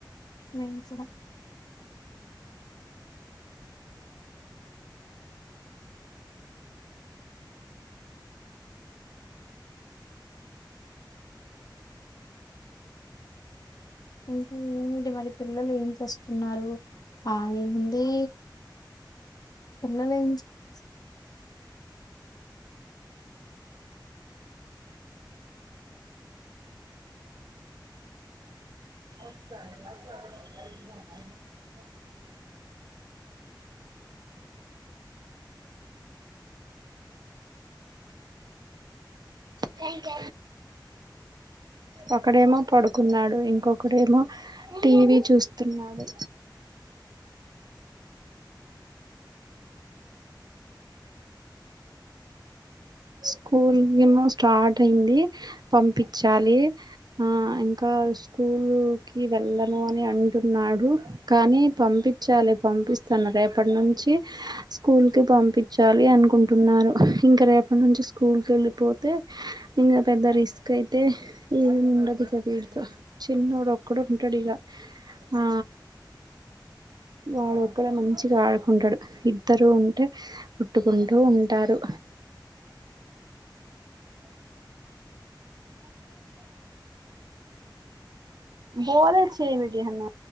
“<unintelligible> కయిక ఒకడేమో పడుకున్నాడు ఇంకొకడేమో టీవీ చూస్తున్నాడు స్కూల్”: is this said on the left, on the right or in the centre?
Right